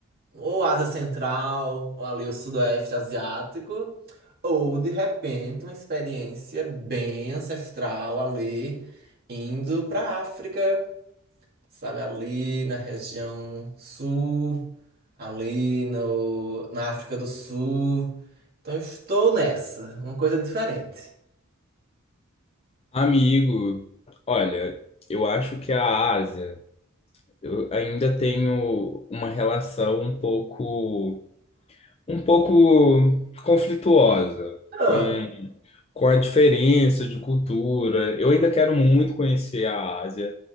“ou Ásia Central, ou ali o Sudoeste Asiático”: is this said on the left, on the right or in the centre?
Right